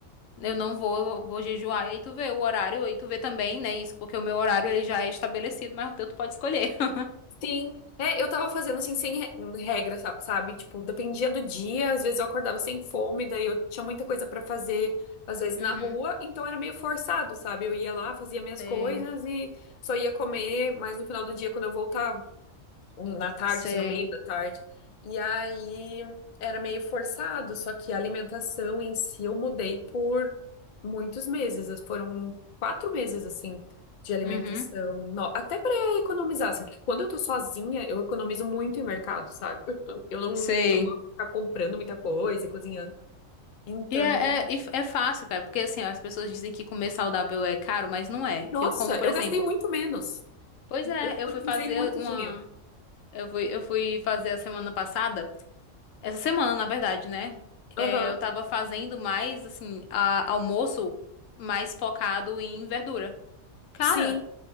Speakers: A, on the left; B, on the left.
A: eu não vou, eu vou jejuar. E aí tu vê o horário, aí tu vê também, né, isso, porque o meu horário ele já é estabelecido, mas o teu tu pode escolher. <laughs>
B: Sim, é, eu tava fazendo assim, sem re- regra, sa- sabe? Tipo, dependia do dia, às vezes eu acordava sem fome, daí eu tinha muita coisa pra fazer, às vezes
A: Uhum.
B: na rua, então era meio forçado, sabe? Eu ia lá, fazia minhas
A: Sei,
B: coisas e só ia comer mais no final do dia quando eu voltava no- na tarde,
A: sei.
B: assim, no meio da tarde. E aí era meio forçado, só que a alimentação em si eu mudei por muitos meses, foram quatro meses, assim, de alimentação,
A: Uhum.
B: no- até para economizar, assim, porque quando eu tô sozinha, eu economizo muito em mercado, sabe? <laughs> Eu não,
A: Sei.
B: não gosto de ficar comprando muita coisa e cozinhando. Então,
A: E é, é, e f- é fácil, cara, porque assim, ó, as pessoas dizem que comer saudável é caro, mas não é.
B: nossa,
A: Eu como, por
B: eu
A: exemplo,
B: gastei muito menos.
A: pois é,
B: Eu economizei
A: eu fui fazer
B: muito
A: uma.
B: dinheiro.
A: Eu fui, eu fui fazer a semana passada, essa semana, na verdade, né?
B: Aham.
A: É, Eu tava fazendo mais, assim, a- almoço mais focado em verdura. Cara,
B: Sim,